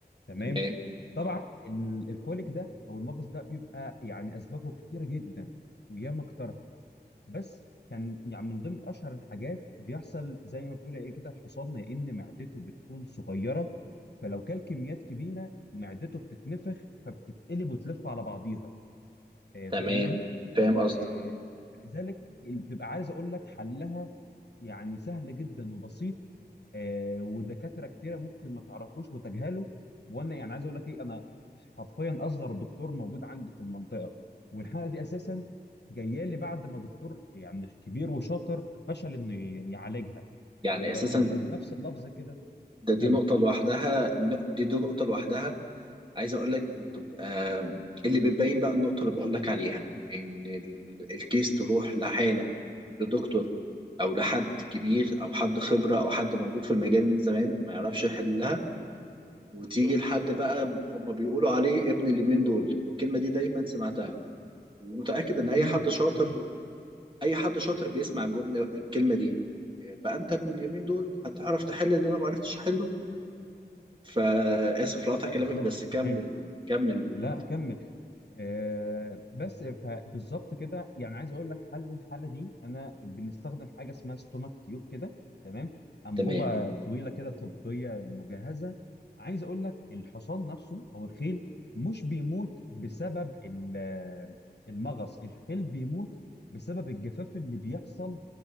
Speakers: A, on the left (about 80°); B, on the right (about 30°).
A: تمام
B: تمام
A: طبعا ال- الكوليك ده او المغص ده بيبقى يعني اسبابه كتيره جدا وياما اقترحت بس كان يعني من ضمن اشهر الحاجات بيحصل زي ما بتقول ايه كده الحصان يا ان معدته بتكون صغيره فلو كل كميات كبيره معدته بتتنفخ فبتتقلب وتلف على بعضيها آه،
B: تمام
A: فاهمني
B: فاهم قصدك
A: آه، لذلك بتبقى عايز اقول لك حلها يعني سهل جدا وبسيط آه ودكاتره كتيره ممكن ما تعرفوش وتجهله وانا يعني عايز اقول لك ايه انا حرفيا اصغر دكتور موجود عندي في المنطقه والحاله دي اساسا جايه لي بعد ما دكتور يعني مش كبير وشاطر فشل انه ي- يعالجها
B: يعني
A: وبنفس
B: اساسا
A: اللفظ كده
B: ده دي
A: كمل
B: نقطة لوحدها دي دي نقطة لوحدها عايز اقول لك بتبقى اللي بتبين بقى النقطة اللي بقول لك عليها ان ال- الكيس تروح لحالة لدكتور او لحد كبير او حد خبره او حد موجود في المجال من زمان ما يعرفش يحلها وتيجي لحد بقى هم بيقولوا عليه ابن اليومين دول والكلمه دي دايما سمعتها ومتاكد ان
A: اكيد
B: اي حد شاطر
A: اكيد
B: اي حد شاطر بيسمع الجمله الكلمه دي بقى انت ابن اليومين دول هتعرف تحل اللي انا ما عرفتش احله فاسف لقطع كلامك
A: بالظبط
B: بس
A: صحيح
B: كمل كمل
A: لا كمل آه، بس ف- بالظبط كده يعني عايز اقول لك حل الحاله دي انا بنستخدم حاجه اسمها ستومك تيوب كده تمام انبوبه
B: تمام
A: طويله كده طبيه مجهزه عايز اقول لك الحصان نفسه او الخيل مش بيموت بسبب ال- آه، المغص الخيل بيموت بسبب الجفاف اللي بيحصل